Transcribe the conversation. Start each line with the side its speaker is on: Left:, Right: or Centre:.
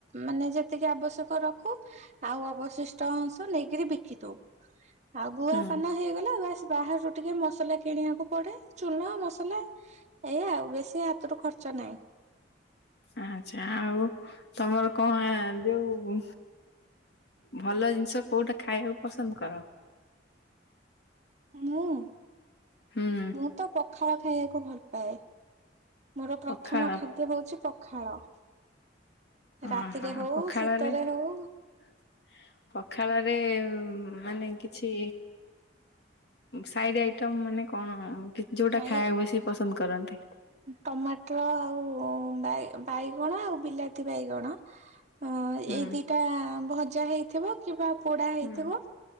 Right: ମାନେ ଯେତିକି ଆବଶ୍ୟକ ରଖୁ। ଆଉ ଅବଶିଷ୍ଟ ଅଂଶ ନେଇକରି ବ ଦେ ଆଗୁଆ
Left: ହୁଁ
Right: ହେଇଗଲା ବା ଆ ବାହହାର ଟିକେ ମସଲା କିଣିବାକୁ ପଡେ ଚୁନା ମସଲା। ଏ ଆଉ ବେଶୀ ହାତରୁ ଖର୍ଚ୍ଚ ନହିଁ।
Left: ଆଚ୍ଛା ଆଉ ତମର କଣ ଯୋଉ ଭଲ ଜିନିଷ କୋଉଟା ଖାଇବାକୁ ପସନ୍ଦ କର?
Right: ହଁ
Left: ହୁଁ
Right: ମୁଁ ତ ପଖାଳ ଖାଇବାକୁ ଭଲ ପା ମୋର
Left: ପଖାଳ
Right: ପ୍ରଥମ ଖାଦ୍ୟ ହଉଛି ପଖାଳ।
Left: ଅହ
Right: ରାତିରେ ହଉ
Left: ପଖାଳରେ
Right: ଶୀତରେ ହଉ
Left: <inaudible> ପଖାଳରେ ମାନେ କିଛି ସାଇଡ ଆଇଟମ ମାନେ କଣ? ଯୋଉଟା
Right: ସେଇ
Left: ଖାଇବାକୁ ବେଶୀ ପସନ୍ଦ କରନ୍ତି। ହଁ
Right: ଟମାଟର ଆଉ ବାଇଗଣ ଆଉ ବିଲାତି ବାଇଗଣ ଅ
Left: ହୁଁ।
Right: ଏଇ ଦିଇଟା ବହୁତ ପୂଜା ହେଇଥିବ କିବା ପୋଡା ହେଇଥିବ
Left: ହୁଁ